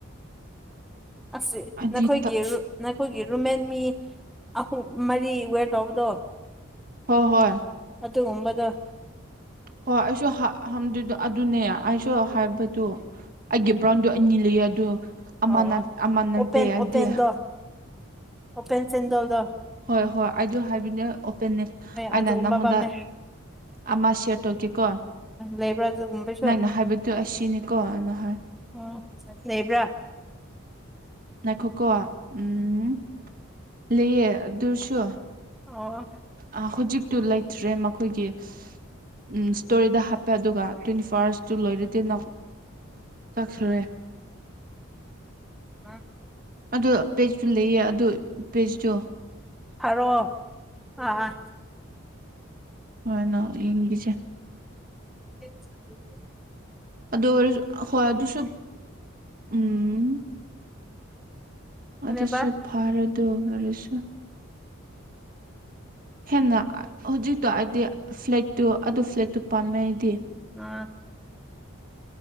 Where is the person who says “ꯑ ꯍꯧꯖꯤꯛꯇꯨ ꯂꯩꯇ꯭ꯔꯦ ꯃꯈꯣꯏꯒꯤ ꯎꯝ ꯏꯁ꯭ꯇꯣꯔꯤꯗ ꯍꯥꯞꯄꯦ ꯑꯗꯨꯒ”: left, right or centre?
Right